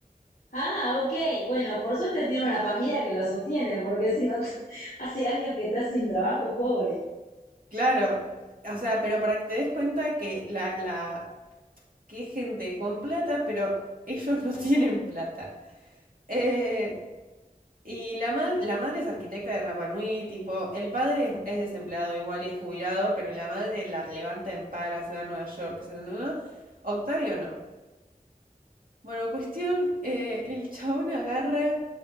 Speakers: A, on the left; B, on the right.
A: ah, ok, bueno, por suerte tiene una familia que lo sostiene, porque si no, <laughs> hace años que está sin trabajo pobre.
B: Claro, o sea, pero para que te des cuenta que la, la, que es gente con plata, pero ellos no <laughs> tienen plata. Eh, y la, ma- la madre es arquitecta de Rapa Nui, tipo, el padre es, es desempleado igual y es jubilado, pero la madre la levanta en pala, se va a Nueva York, se va a Nueva- Octavio no. Bueno, cuestión, eh, el chabón agarra